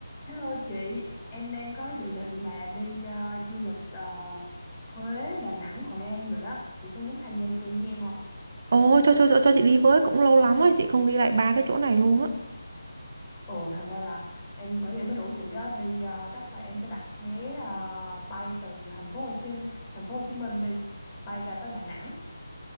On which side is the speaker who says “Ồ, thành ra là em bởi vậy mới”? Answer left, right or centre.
Left